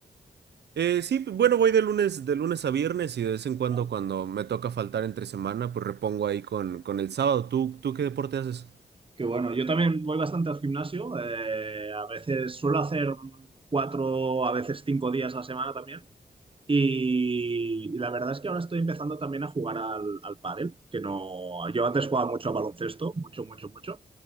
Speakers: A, on the right; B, on the right.
A: Eh, sí, p- bueno, voy de lunes, de lunes a viernes y de vez en cuando
B: Wow.
A: cuando me toca faltar entre semana, pues repongo ahí con, con el sábado. ¿Tú, tú qué deporte haces?
B: Qué bueno. Yo también voy bastante al gimnasio. eh, a veces suelo hacer cuatro, a veces cinco días a la semana también. Y, y la verdad es que ahora estoy empezando también a jugar al, al pádel, que no, yo antes jugaba mucho a baloncesto, mucho, mucho, mucho,